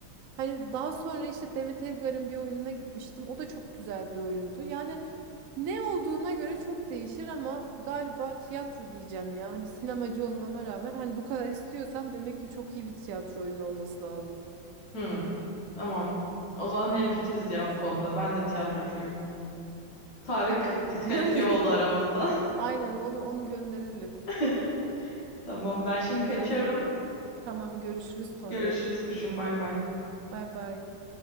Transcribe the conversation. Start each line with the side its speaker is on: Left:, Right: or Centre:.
Right: Hani daha sonra işte Demet Evgar'ın bir oyununa gitmiştim. O da çok güzel bir oyundu. Yani ne olduğuna göre çok değişir ama galiba tiyatro diyeceğim ya. Hani sinemacı olmama rağmen hani bu kadar istiyorsam demek ki çok iyi bir tiyatro oyunu olması lazım.
Left: Hmm, Tamam. O zaman hemfikiriz
Right: Evet.
Left: ya bu konuda. Ben de tiyatrocuyum. Tarık
Right: Olabilir.
Left: diskalifiye
Right: <laughs> Olabilir.
Left: oldu aramızda.
Right: Aynen onu onu gönderelim.
Left: <laughs> Tamam ben şimdi
Right: İyi
Left: kaçıyorum.
Right: o zaman. Tamam görüşürüz sonra.
Left: Görüşürüz kuşum bay bay.
Right: Bay bay.